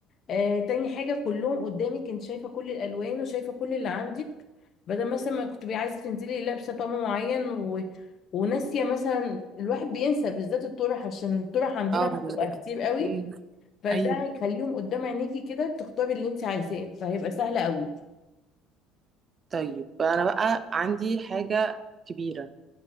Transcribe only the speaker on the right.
اه
والله
أمم،
ايوه
طيب انا بقى عندي حاجه كبيره